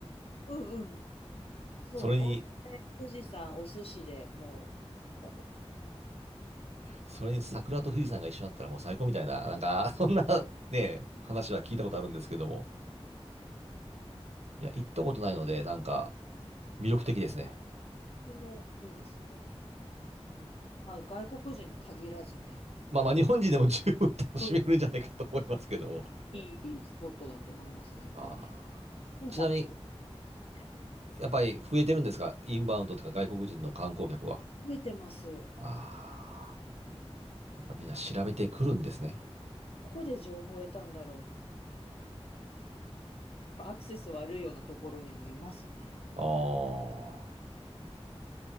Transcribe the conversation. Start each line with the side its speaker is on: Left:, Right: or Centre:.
Left: うんうん。
Right: <laughs>
Left: そう、
Right: それに
Left: 温泉、富士山、お寿司でもう、だと
Right: それに桜と富士山が一緒だったらもう最高みたいな、なんか、<laughs> そんなね、話は聞いたことあるんですけども。
Left: うんうん、
Right: いや、行ったことないので、なんか、魅力的ですね。
Left: とてもいいですよ。うんまあ、外国人に限らずね。
Right: まあまあ、日本人でも十分楽しめるんじゃないかと思いますけども。
Left: うん。いいスポットだと思いますね、この辺。
Right: あーちなみに、
Left: コンパクト。ね
Right: やっぱり増えてるんですかインバウンドとか外国人の観光客は。
Left: 増えてます。
Right: ああ。
Left: うん
Right: やっぱみんな調べてくるんですね。
Left: どこで情報を得たんだろう。アクセス悪いようなところにもいますね。
Right: ああ。
Left: うん。